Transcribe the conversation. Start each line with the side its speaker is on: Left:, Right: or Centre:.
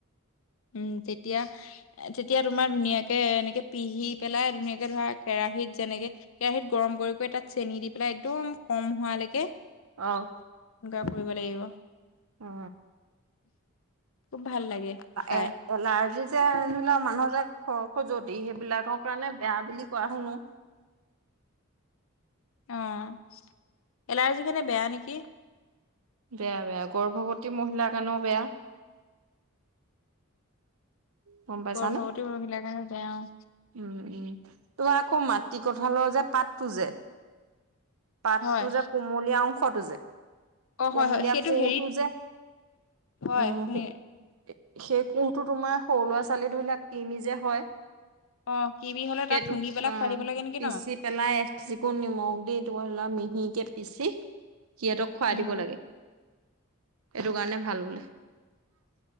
Left: উম তেতিয়া তেতিয়া তোমাৰ ধুনীয়াকৈ এনেকৈ পিহি পেলাই ধুনীয়াকৈ ধৰা কেৰাহীত যেনেকৈ কেৰাহিত গৰম কৰি কৰি তাত চেনি দি পেলাই একদম কম হোৱালৈকে
Right: অ।
Left: এনেকা কৰিব লাগিব।
Right: অ
Left: খুব ভাল লাগে খাই।
Right: এ এলাৰ্জি যে ধৰি লো মানুহৰ যে খ-খজুৱতি সেইবিলাকৰ কাৰণে বেয়া বুলি কোৱা শুনো।
Left: অ এলাৰ্জি কাৰনে বেয়া নেকি?
Right: বেয়া বেয়া গৰ্ভৱতী মহিলাৰ কাৰণেও বেয়া। গম পাইছানে?
Left: গৰ্ভৱতী মহিলাৰ কাৰণে বেয়া অ।
Right: উম উম তো আকৌ মাটিকঁঠালৰ যে পাতটো যে পাতটো
Left: হয়
Right: যে কুমলীয়া অংশটো যে
Left: অ
Right: কোমলীয়া
Left: হয় হয় সেইটো
Right: কোহটো
Left: হেৰিত
Right: যে,
Left: হয়
Right: উম,
Left: শুনি
Right: সে সেই কোহটো তোমাৰ সৰু ল'ৰা ছোৱালীবিলাক কিৰমি যে হয়।
Left: অ' কিৰমি হ'লে
Right: সেইটোক
Left: তাক খুন্দি পেলাই
Right: অ'
Left: খুৱাই দিব লাগে নেকি
Right: পিচি
Left: ন'।
Right: পেলাই এক চিকুণ নিমখ ধৰি লোৱা মিহিকে পিচি সিহঁতক খুৱাই
Left: উম
Right: দিব লাগে, এইটো কাৰণে ভাল বোলে।